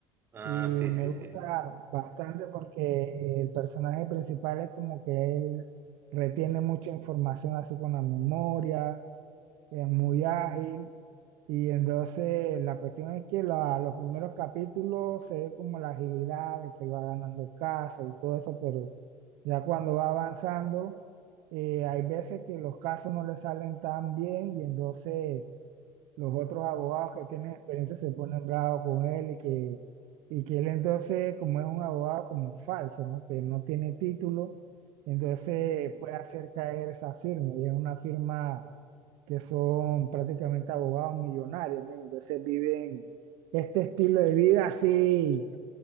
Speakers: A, on the right; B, on the right.
A: Ah,
B: Y
A: sí, sí,
B: me
A: sí.
B: gusta bastante porque eh, el personaje principal es como que él retiene mucha información así con la memoria, es muy ágil. Y entonces la cuestión es que la- los primeros capítulos se ve como la agilidad de que va ganando casos y todo eso, pero ya cuando va avanzando, eh, hay veces que los casos no le salen tan bien y entonces los otros abogados que tienen experiencia se ponen bravos con él y que, y que él entonces, como es un abogado como falso, ¿no? Que no tiene título, entonces puede hacer caer esa firma y es una firma que son prácticamente abogados millonarios, ¿no? Y entonces viven este estilo de vida así